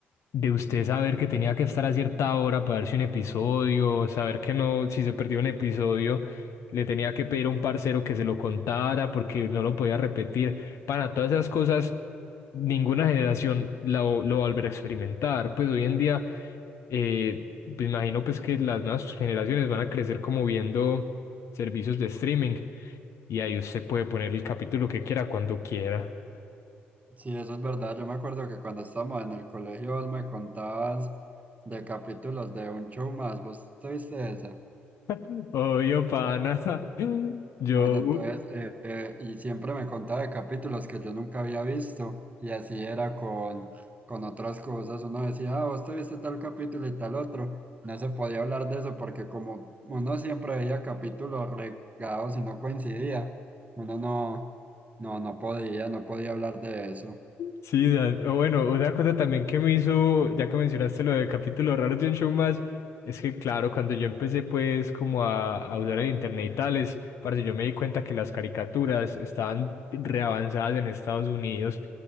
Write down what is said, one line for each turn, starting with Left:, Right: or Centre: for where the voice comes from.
Left: de usted saber que tenía que estar a cierta hora para verse un episodio, saber que no, si se perdió un episodio, le tenía que pedir a un parcero que se lo contara porque no lo podía repetir, para todas esas cosas ninguna generación la, vo- lo va a volver a experimentar. Pues hoy en día, eh, me imagino pues que las nuevas generaciones van a crecer como viendo servicios de streaming y ahí usted puede poner el capítulo que quiera cuando quiera.
Right: Sí, eso es verdad. Yo me acuerdo que cuando estábamos en el colegio vos me contabas de capítulos de un show más. ¿Vos te viste esa?
Left: <laughs> Obvio, pana. <laughs> Yo,
Right: Bueno, entonces, eh, eh, y siempre me contaba de capítulos que yo nunca había visto. Y así era con, con otras cosas. Uno decía, ah, vos te viste tal capítulo y tal otro. No se podía hablar de eso porque como uno siempre veía capítulos regados y no coincidía, uno no, no, no podía, no podía hablar de eso.
Left: Sí, o sea, o bueno, otra cosa también que me hizo, ya que mencionaste lo de capítulos raros de un show más, es que claro, cuando yo empecé pues como a, a usar el internet y tales, parce, yo me di cuenta que las caricaturas estaban reavanzadas en Estados Unidos.